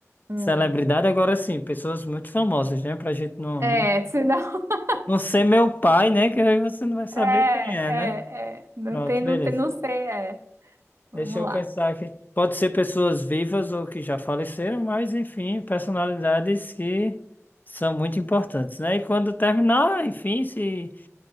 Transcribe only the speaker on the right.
hum.
É,
senão. <laughs>
É, é,
é. Não
tem, não
tem, não sei, é. Vamos
lá.